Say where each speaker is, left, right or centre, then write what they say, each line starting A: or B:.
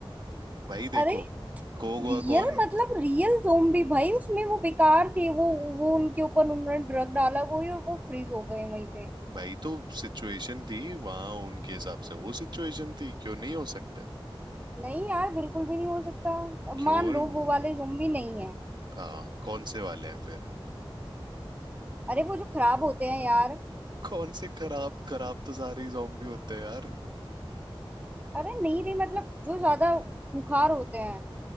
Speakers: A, on the right; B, on the right.
A: भाई देखो
B: अरे
A: गो गोवा
B: रियल
A: कौन
B: मतलब रियल ज़ोंबी भाई उसमें वो बेकार थे वो वो उनके ऊपर उन्होंने ड्रग
A: <laughs>
B: डाला कोई और वो फ्रीज हो गए वहीं पे
A: भाई तो सिचुएशन थी वहां उनके हिसाब से वो सिचुएशन थी क्यों नहीं हो सकते
B: नहीं यार बिल्कुल भी नहीं हो सकता अब
A: क्यों
B: मान लो वो वाले ज़ोंबी नहीं है
A: हाँ कौन से वाले हैं फिर
B: अरे वो जो खराब होते हैं यार
A: कौन से खराब खराब तो सारे ही zombie होते हैं यार
B: अरे नहीं रे मतलब जो ज्यादा खूंखार होते हैं